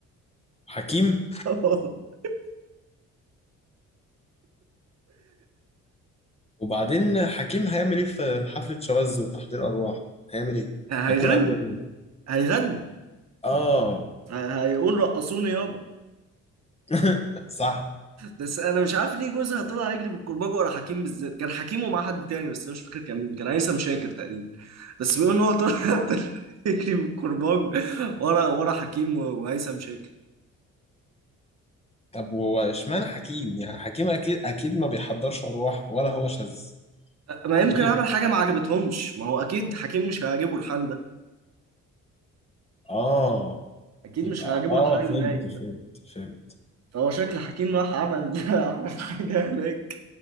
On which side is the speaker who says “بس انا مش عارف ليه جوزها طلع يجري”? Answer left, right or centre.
Right